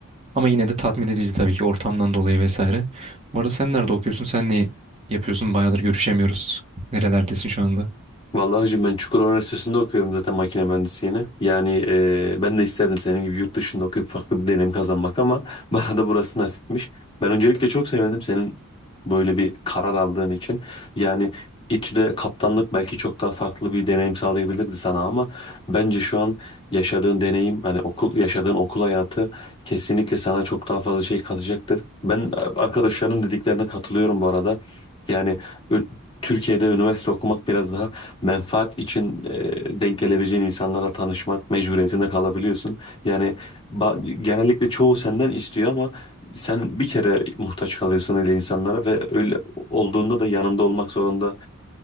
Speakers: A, on the right (about 30°); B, on the left (about 25°).
A: Ama yine de tatmin edici tabii ki ortamdan dolayı vesaire. Bu arada sen nerede okuyorsun? Sen ne yapıyorsun? Bayağıdır görüşemiyoruz. Nerelerdesin şu anda?
B: Vallahi hacı ben Çukurova Üniversitesi'nde okuyorum zaten makine mühendisliğini. Yani e, ben de isterdim senin gibi yurt dışında okuyup farklı bir deneyim kazanmak ama <laughs> bana da burası nasipmiş. Ben öncelikle çok sevindim senin böyle bir karar aldığın için. Yani İTÜ'de kaptanlık belki çok daha farklı bir deneyim sağlayabilirdi sana ama bence şu an yaşadığın deneyim hani okul yaşadığın okul hayatı kesinlikle sana çok daha fazla şey katacaktır. Ben e, arkadaşlarının dediklerine katılıyorum bu arada. Yani ö- Türkiye'de üniversite okumak biraz daha menfaat için e, denk gelebileceğin insanlarla tanışmak mecburiyetinde kalabiliyorsun. Yani ba- genellikle çoğu senden istiyor ama sen bir kere muhtaç kalıyorsun öyle insanlara ve öyle olduğunda da yanında olmak zorunda